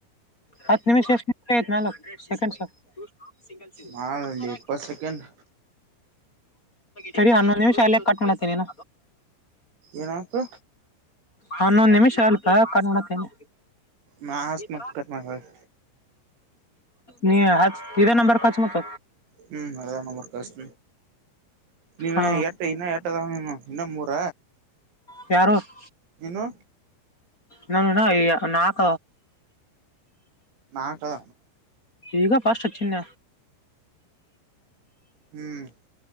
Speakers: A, on the left; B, on the right.
A: ಹತ್ತು ನಿಮಿಷಷ್ಟ ಆಯ್ತು ನಲ್ು ಸೆಕೆಂಡ್ಸ ಸಿಗಲ್ಸಿದಿಲ್ಲ
B: ಮಾಡಲ್ಲಿ
A: ಒಂತರ
B: ಇಪ್ಪತ್ ಸೆಕೆಂಡ್
A: ಸರಿ ಹನ್ನೊಂದು್ ನಿಮಿಷ ಅಲ್ಲ ಕಟ್ ಮಾಡ್ತೇನ
B: ಏನಾಯ್ತು
A: ಹನ್ನೊಂದ್ ನಿಮಿಷ ಅಲ್ಪಾ ಕಂಡ ನೋಡತೇನೆ
B: ನಾ ಹಚ್ಚತಿನಿ
A: ಈ ತರ
B: ಮತ್ ಕಟ್ ಮಾಡಿ ಹೊಳ್ಳಿ
A: ನೀ ಆ ರರೆ ನಂಬರ್ ಪಚ ಮತ
B: ಹ್ಮ್ ಅದ ನಂಬರ್ ಕಷ್ಟ ಇನ್ನ
A: ಹಾ
B: ಎ ಇನ್ನ ಎಟ್ಟದನು ಇನ್ನ ಮೂರ
A: ಪ್ಯಾರಸ್
B: ಏನು
A: ನ ನ ಈ ನಾಕ
B: ನಾಕದ
A: ಈಗ ಫಾಸ್ಟ್ ಹಚ್ಚಂದ
B: ಹ್ಮ್